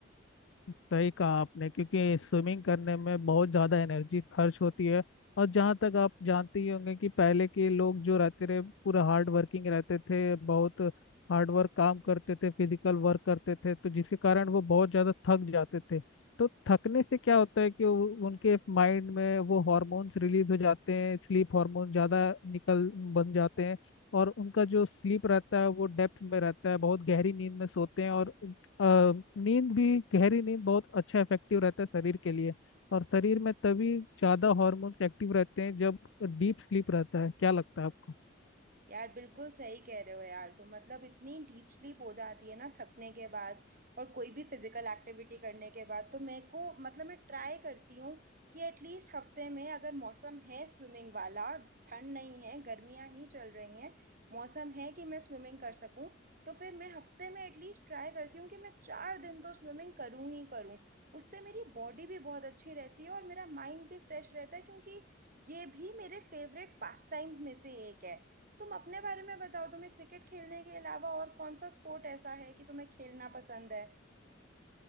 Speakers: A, on the left; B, on the right.
A: सही कहा आपने क्योंकि स्विमिंग करने में बहुत ज़्यादा एनर्जी खर्च होती है और जहाँ तक आप जानते ही होंगे कि पहले के लोग जो रहते रहे पूरा हार्ड वर्किंग रहते थे बहुत हार्ड वर्क काम करते थे फिजिकल वर्क करते थे तो जिसके कारण वो बहुत ज़्यादा थक जाते थे तो थकने से क्या होता है कि उ- उनके माइंड में वो हार्मोन्स रिलीज हो जाते हैं स्लीप हार्मोन ज़्यादा निकल बन जाते हैं और उनका जो स्लीप रहता है वो डेप्थ में रहता है बहुत गहरी नींद में सोते हैं और अ, नींद भी गहरी नींद बहुत अच्छा इफेक्टिव रहता है शरीर के लिए और शरीर में तभी ज़्यादा हॉर्मोन्स एक्टिव रहते हैं जब डीप स्लीप रहता है क्या लगता है आपको
B: यार बिल्कुल सही कह रहे हो यार तुम मतलब इतनी डीप स्लीप हो जाती है ना थकने के बाद और कोई भी फिजिकल एक्टिविटी करने के बाद तो मेरे को मतलब मैं ट्राई करती हूँ कि एटलीस्ट हफ्ते में अगर मौसम है स्विमिंग वाला ठंड नहीं है गर्मियाँ ही चल रही हैं मौसम है कि मैं स्विमिंग कर सकूँ तो फिर मैं हफ्ते में एटलीस्ट ट्राई करती हूँ कि मैं चार दिन तो स्विमिंग करूँ ही करूँ उससे मेरी बॉडी भी बहुत अच्छी रहती है और मेरा माइंड भी फ्रेश रहता है क्योंकि ये भी मेरे फेवरेट पास टाइम्स में से एक है तुम अपने बारे में बताओ तुम्हें क्रिकेट खेलने के अलावा और कौन सा स्पोर्ट ऐसा है कि तुम्हें खेलना पसंद है